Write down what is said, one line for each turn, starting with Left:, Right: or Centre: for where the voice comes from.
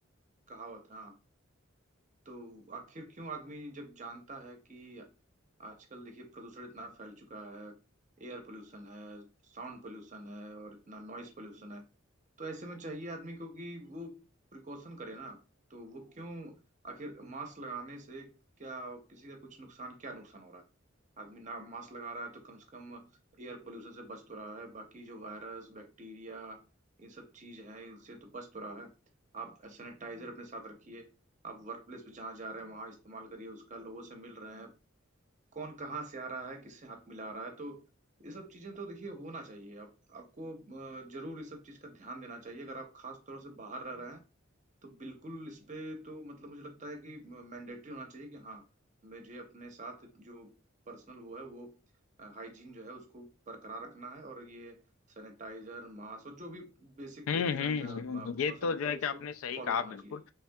Right: कहावत हाँ तो आखिर क्यों आदमी जब जानता है कि आजकल देखिए प्रदूषण इतना फैल चुका है एयर पोल्यूशन है साउंड पोल्यूशन है और इतना नॉइस पोल्यूशन है तो ऐसे में चाहिए आदमी को कि वो प्रिकॉशन करे ना तो वो क्यों आखिर मास्क लगाने से क्या किसी का कुछ नुकसान क्या नुकसान हो रहा है आदमी ना मास्क लगा रहा है तो कम से कम एयर पोल्यूशन से बच तो रहा है बाकी जो वायरस बैक्टीरिया ये सब चीज है इनसे तो बच तो रहा है आप सैनिटाइजर अपने साथ रखिए आप वर्क प्लेस पे जहाँ जा रहे हैं वहां इस्तेमाल करिए उसका लोगों से मिल रहे हैं कौन कहाँ से आ रहा है किससे हाथ मिला रहा है तो ये सब चीजें तो देखिए होना चाहिए आप आपको अ, जरूर इस सब चीज का ध्यान देना चाहिए अगर आप खास तौर से बाहर रह रहे हैं तो बिल्कुल इस पे तो मतलब मुझे लगता है कि मैंडेटरी होना चाहिए कि हाँ मुझे अपने साथ जो पर्सनल वो है वो हाइजीन जो है उसको बरकरार रखना है और ये सैनिटाइजर मास्क और जो भी बेसिक
Left: हम्म
Right: प्रिफरेंस
Left: हम्म हम्म।
Right: प्रिकॉशन
Left: ये तो
Right: होता
Left: जो है
Right: है
Left: कि
Right: इसको
Left: आपने सही
Right: फॉलो
Left: कहा बिल्कुल
Right: करना चाहिए